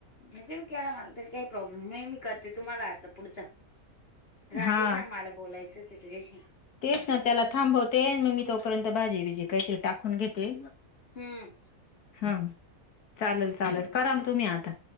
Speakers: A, on the left (about 40°); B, on the left (about 80°).
A: म्हण तेे केला मला तरी काही प्रॉब्लेम म मी करते तुम्हाला अर्थ पुढचा राजला
B: हा
A: सांग मला बोलायचंच आहे तुझ्याशी
B: तेच ना त्याला थांबवते मग मी तोपर्यंत भाजी बिजी काही ते टाकून घेते
A: हम्म
B: हम चालेल चालेल करा ना तुम्ही आता